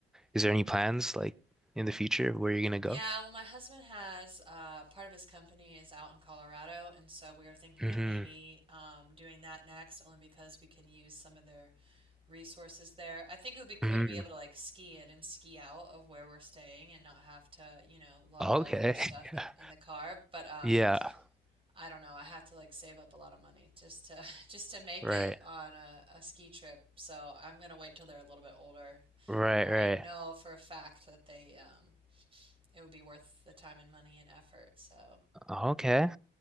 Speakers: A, in the centre; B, on the right.
A: is there any plans like in the future of where you're gonna go?
B: yeah, well, my husband has uh, part of his company is out in Colorado, and so we were thinking
A: hmm
B: of maybe um, doing that next, only because we can use some of their resources there. I think it would be cool
A: hmm
B: to be able to like ski in and ski out of where we're staying and not have to, you know, lug
A: Okay.
B: all of your stuff
A: <laughs>
B: in in the car. But um,
A: Yeah.
B: I don't know. I have to like save up a lot of money just to <laughs> just to make
A: Right.
B: it on a, a ski trip. So I'm gonna wait till they're a little bit older,
A: Right,
B: where
A: right.
B: I know for a fact that they um, it would be worth the time and money and effort. So
A: Okay.